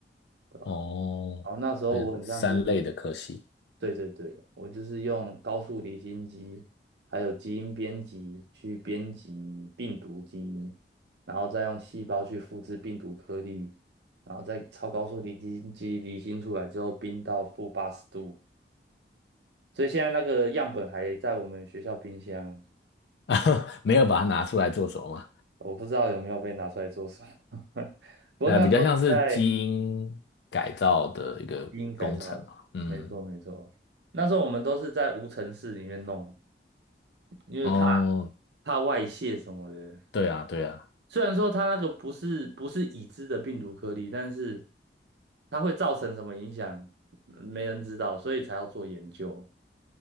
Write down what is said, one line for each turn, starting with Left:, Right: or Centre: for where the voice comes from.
Right: 对吧？
Left: 哦，
Right: 然后那时候我很像就是，
Left: 这是三类的科系。
Right: 对对对，我就是用高速离心机，还有基因编辑去编辑病毒基因，然后再用细胞去复制病毒颗粒，然后再超高速离心机离心出来之后，冰到负八十度。所以现在那个样本还在我们学校冰箱，
Left: <laughs> 没有把它拿出来做什么
Right: 我不知道有没有被拿出来做什么。<laughs> 不过那时候是在
Left: 那比较像是基因改造的一个工程嘛。
Right: 基因改造的，
Left: 嗯，
Right: 没错没错。那时候我们都是在无尘室里面弄，因为怕
Left: 哦，
Right: 怕外泄什么的。
Left: 对啊，对啊，
Right: 虽然说它那个不是不是已知的病毒颗粒，但是它会造成什么影响，没人知道，所以才要做研究，